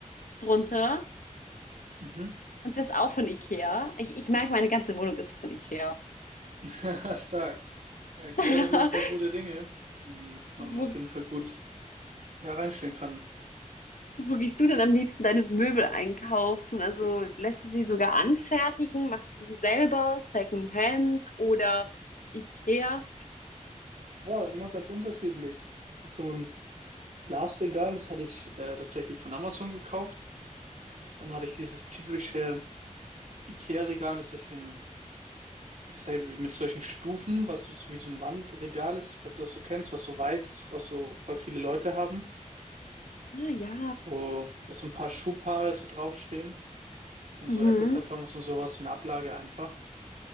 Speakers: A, on the left; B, on the right.
A: drunter
B: Mhm.
A: und das ist auch von Ikea. Ich, ich merke, meine ganze Wohnung ist von Ikea.
B: <laughs> Stark. Ja, Kia
A: <laughs>
B: hat auf jeden Fall gute Dinge, die man
A: Wo
B: auf jeden Fall gut ja, reinstellen kann.
A: Wo gehst du denn am liebsten deine Möbel einkaufen? Also lässt du sie sogar anfertigen? Machst du sie selber? Secondhand oder IKEA?
B: Boah, immer ganz unterschiedlich. Ich habe so ein Glasregal, das hatte ich äh, tatsächlich von Amazon gekauft. Dann hatte ich dieses typische IKEA-Regal mit solchen Wie ist halt mit solchen Stufen, was so wie so ein Wandregal ist, falls du das so kennst, was so weiß ist, was so voll viele Leute haben,
A: Ah ja,
B: wo da so ein paar Schuhpaare so draufstehen und
A: mhm.
B: so Apple-Kartons und sowas, so eine Ablage einfach.